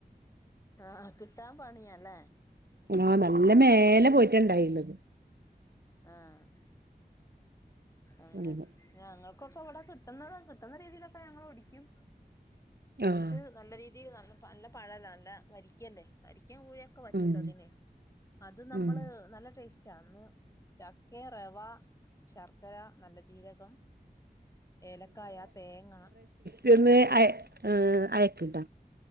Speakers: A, on the left; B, on the right.
A: ആഹ് കിട്ടാൻ പണിയാ ല്ലേ?
B: ആഹ് നല്ല മേലെ പോയിട്ടാ ണ്ടായത്.
A: ആഹാ... ! അങ്ങനെ
B: ഉം
A: ഞങ്ങൾക്കൊക്കെ വിടെ കിട്ടുന്നത് കിട്ടുന്ന രീതിയിലൊക്കെ ഞങ്ങള് ഒടിക്കും അ
B: ആഹ്
A: ശ് ട്ട് നല്ല രീതിയിൽ നടന്ന നല്ല പഴല്ല നല്ല വരിക്കെല്ലേ വരിക്കെകുഴെ ക്ക് പറ്റൂട്ടോ
B: ഉം
A: അതിന് അത് നമ്മള്
B: ഉം
A: നല്ല ടേസ്റ്റ്. ന്ന് ചക്ക, റവ, ശർക്കര, നല്ല ജീരകം, ഏലക്കായ, തേങ്ങ,
B: പിന്നെ അയ് ഉം അയക്ക്ട്ട